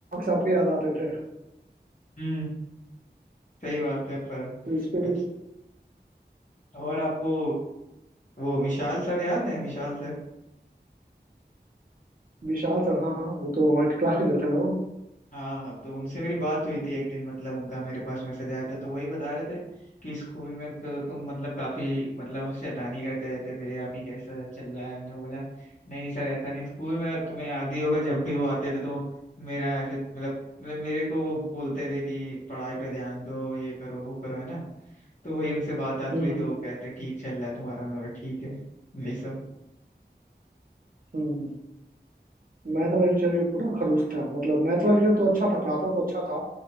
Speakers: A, on the right; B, on the left.
A: आपके याद आते थे
B: हम्म सही बात है पर
A: तो इस पे
B: अच्छा और आपको वो विशाल सर याद है विशाल सर
A: विशाल सर हाँ हाँ वो तो हमारे क्लास टीचर थे ना वो
B: हाँ तो उनसे मेरी बात हुई थी एक दिन मतलब उनका मेरे पास मैसेज आया था तो वही बता रहे थे कि स्कूल में तो तुम मतलब काफी मतलब शैतानी करते रहते थे अभी कैसा चल रहा है हमने बोला नहीं सर ऐसा नहीं स्कूल में तुम्हें याद ही होगा जब भी वो आते थे तो मेरा ऐसे मतलब मतलब मेरे को वो बोलते थे कि पढ़ाई पे ध्यान दो ये करो वो करो है ना तो वही उनसे बात बात
A: हम्म
B: हुई
A: हम्म
B: तो कहते ठीक चल रहा है तुम्हारा हमने बोला ठीक है यही सब
A: हम्म। मैथ वाला टीचर भी पूरा खड़ूस था मतलब मैथ वाला टीचर तो अच्छा था पढ़ाता तो अच्छा था